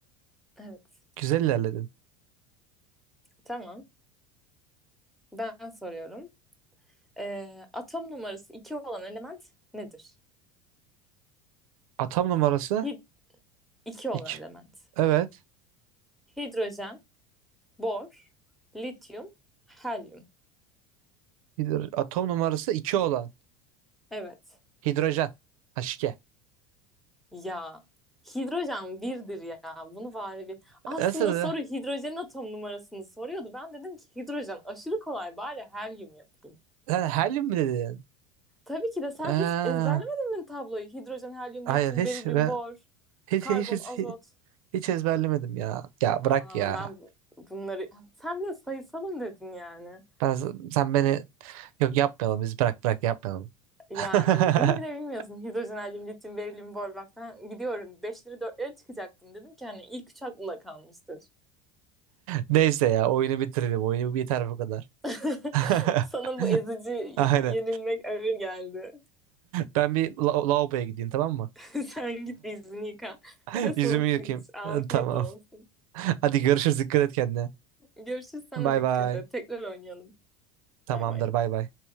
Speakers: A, in the centre; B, on the right.
A: Evet.
B: Güzel ilerledin.
A: Tamam. Ben soruyorum. Ee, atom numarası 2 olan element nedir?
B: Atom numarası
A: Hi 2 olan
B: 2.
A: element.
B: Evet.
A: Hidrojen, bor, lityum, helyum.
B: Hidro- Atom numarası 2 olan.
A: Evet.
B: Hidrojen. H2.
A: Ya hidrojen birdir ya. Bunu bari bir... Aslında
B: <laughs> Nasıl?
A: soru hidrojenin atom numarasını soruyordu. Ben dedim ki hidrojen aşırı kolay bari helyum yapayım.
B: Sen helyum mi dedin?
A: Tabii ki de sen
B: Aa,
A: hiç ezberlemedin mi tabloyu? Hidrojen, helyum,
B: hayır
A: lityum,
B: hiç,
A: berilyum,
B: ben,
A: bor,
B: hiç,
A: karbon,
B: hiç, hiç,
A: azot.
B: Hiç ezberlemedim ya. Ya bırak
A: Aa,
B: ya.
A: ben bu- bunları... Sen bile sayısalım dedin yani.
B: Ben, sen beni yok yapmayalım biz bırak bırak yapmayalım.
A: Yani
B: <laughs>
A: bunu bile bilmiyorsun. Hidrojen, helyum, lityum, berilyum, borbaktan gidiyorum. Beşleri dörtleri çıkacaktım. Dedim ki hani ilk üç aklımda kalmıştır.
B: Neyse ya oyunu bitirelim. Oyunu biter bu kadar.
A: <laughs>
B: <laughs>
A: Sana bu ezici
B: Aynen.
A: yenilmek ağır geldi.
B: Ben bir la- lavaboya gideyim tamam mı?
A: <laughs> Sen git bir yüzünü yıka.
B: <laughs>
A: Bir de soğuk
B: Yüzümü yıkayayım.
A: su iç. Afiyet
B: Tamam.
A: olsun.
B: Hadi görüşürüz. Dikkat et kendine.
A: Görüşürüz sana
B: Bay
A: dikkat
B: bay.
A: et. Tekrar oynayalım.
B: Tamamdır
A: Bay bay.
B: bay bay.